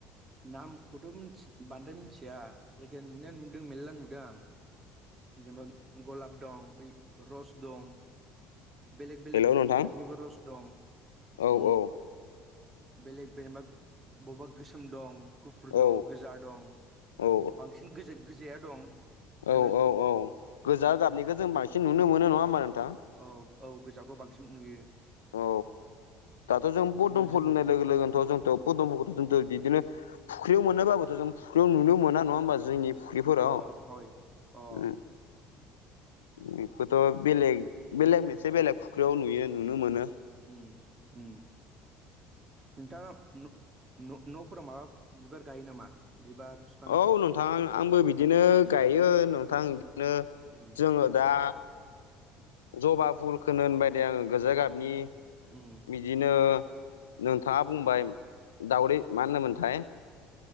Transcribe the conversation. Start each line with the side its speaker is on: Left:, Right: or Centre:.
Right: नामखौथ' मोनथि बांद्राय मोनथिया जायखिया नुनाया नुदों मेल्ला नुदों आं। जेनोबा गलाब दं, बै रस दं। बेलेग बेलेग
Left: हेलौ नोंथां
Right: टाइपनिबो रस दं
Left: औ
Right: उम।
Left: औ
Right: बेलेग बेनोबा बब्बा गोसोम दं, गुफुर
Left: औ
Right: दं, गोजा दं
Left: औ
Right: बांसिन गोज-गोजाया दं <unintelligible>
Left: औ औ औ गोजा गाबनिखो जों बांसिन नुनो मोनो नङा होमबा नोंथां?
Right: औ औ गोजाखौ बांसिन नुयो।
Left: औ दाथ' जों पदम
Right: उनाव
Left: फुल
Right: जों
Left: होननाय लोगो लोगोनोथ' जोंथ' पदमफोरखौथ' जों दो बिदिनो फुख्रियाव मोनोबाबोथ' जों फुख्रियाव नुनो मोना नङा होमबा जोंनि ‌ फुख्रिफोराव
Right: अ
Left: उम।
Right: हय अ
Left: बेखौथ' बेलेग बेलेग मोनसे बेलेग फुख्रियाव नुयो नुनो मोनो।
Right: उम उम। नोंथाङा न' न' न'फोराव माबा बिबार गायो नामा बिबार फि
Left: औ नोंथां आं-आंबो बिदिनो गायो नोंथां। बिदिनो
Right: उम
Left: जोङो दा जबा फुलखौनो होनबाय दे आङो गोजा गाबनि
Right: उम।
Left: बिदिनो नोंथाङा बुंबाय दावदै मा होनोमोनथाय?